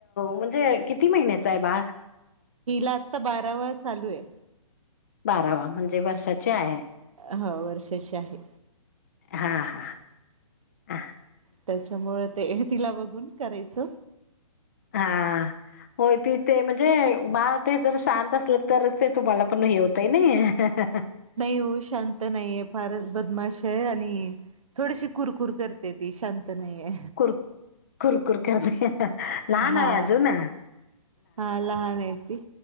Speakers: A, on the left; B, on the right.
A: म्हणजे किती महिन्याचं आहे बाळ,
B: हिला आता बारा वा चालू आहे.
A: बारावा म्हणजे वर्षाचे आहे.
B: हा वर्षाची आहे.
A: हा हा, हा
B: त्याच्यामुळे ते तिला बघून करायचं,
A: हा होय त ते म्हणजे बाार ते जर शांत असलं तरच ते तुम्हाला पण हे होत, त नाही,
B: नाही हो शांत नाहीये फारच बदमाश आहे आणि थोडीशी कुर कुर करते ती शांत नाहीे.
A: कुर कुरकुर करते लहान
B: हा
A: आहे अजून ना
B: हा लहान आहे ती